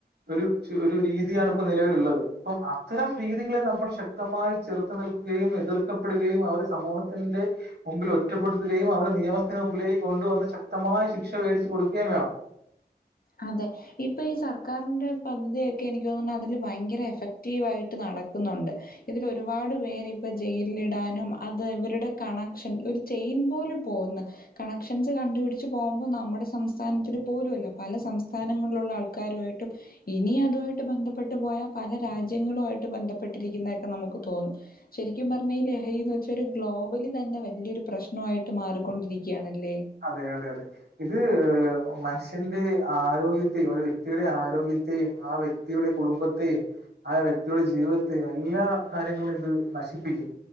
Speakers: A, on the right (about 75°); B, on the left (about 60°).
A: ഒരു ച് ഒരു രീതിയാണ് ഇപ്പ നിലവില്ള്ളത് പ്പം അത്തരം രീതികളെ നമ്മൾ ശ ക്തമായി ചെറുത്ത് നിൽക്കുകയും എതിർക്കപ്പെടുകയും അവര് സമൂഹത്തിന്റെ. മുമ്പിൽ ഒറ്റപ്പെടുത്തുകയും അവരെ നിയമത്തിന് മുമ്പിലേക്ക് കൊണ്ടുവന്ന് ശക്തമായ ശിക്ഷ വേടിച്ച് കൊടുക്കേം വേണം.
B: അതെ. ഇപ്പ ഈ സർക്കാറ്ൻ്റെ പദ്ധതിയൊക്കെ എനിക്ക് തോന്നുന്നു അതില് ഭയങ്കര എഫക്റ്റീവായിട്ട് നടക്കുന്നുണ്ട്. ഇതിൽ ഒരുപാട് പേര് ഇപ്പ ജയിൽടാനും അത് ഇവരുടെ കണക്ഷൻ ഒരു. ചെയിൻ പോലെ പോവുന്ന് കണക്ഷൻസ് കണ്ടുപിടിച്ച് പോകുമ്പൊ നമ്മുടെ സംസ്ഥാനത്തില് പോലുഅല്ല. പല സംസ്ഥാനങ്ങൾലുള്ള ആൾക്കാരുമായിട്ടും. ഇനി അതുവായിട്ട് ബന്ധപ്പെട്ട് പോയാ പല രാജ്യങ്ങളുവായിട്ട് ബന്ധപ്പെട്ടിരിക്കുന്നെക്കെ നമുക്ക് തോന്നും. ശരിക്കും പറഞ്ഞാ ഈ ലഹരിന്ന് വെച്ചാ ഒരു ഗ്ലോബലി തന്നെ വലിയൊരു പ്രശ്നമായിട്ട് മാറിക്കൊണ്ടിരിക്കുകയണല്ലേ
A: അതെ അതെ അതെ ഇത് മനുഷ്യന്റെ ആരോഗ്യത്തെയും ഒരു വ്യക്തിയുടെ ആരോഗ്യത്തെയും ആ വ്യ വ്യക്തിയുടെ കുടുംബത്തെയും ആ വ്യക്തിയുടെ ജീവിതത്തെയും എല്ലാ കാര്യങ്ങളും ഇത് നശിപ്പിക്കും